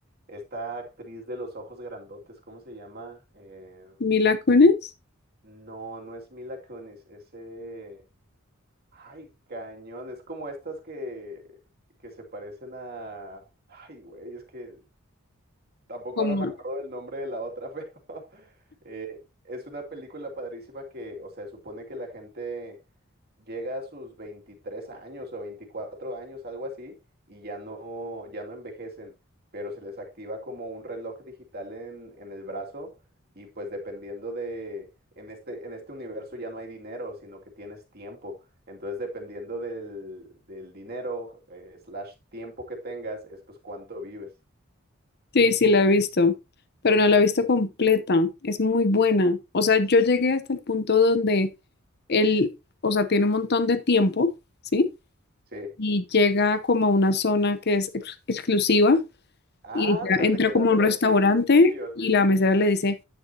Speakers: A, on the right; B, on the left.
A: esta actriz de los ojos grandotes? ¿Cómo se llama? Eh,
B: Mila Kunis,
A: no, no es Mila Kunis, ese... Ay, cañón, es como estas que, que se parecen a... Ay, güey, es que Tampoco
B: como,
A: ahora me acuerdo del nombre de la otra, <laughs> pero eh, es una película padrísima que, o sea, supone que la gente llega a sus 23 años o 24 años, algo así, y ya no, ya no envejecen, pero se les activa como un reloj digital en, en el brazo y pues dependiendo de, en este, en este universo ya no hay dinero, sino que tienes tiempo. Entonces, dependiendo del, del dinero, eh, slash tiempo que tengas, es pues cuánto vives.
B: sí, sí la he visto, pero no la he visto completa, es muy buena. O sea, yo
A: Sí.
B: llegué hasta el punto donde él, o sea, tiene un montón de tiempo, ¿sí?
A: Sí,
B: Y llega como a una zona que es ex- exclusiva
A: Anda,
B: y ella entra
A: te quedaste
B: como a un restaurante
A: al principio.
B: y
A: Sí, sí,
B: la
A: sí.
B: mesera
A: sí.
B: le dice,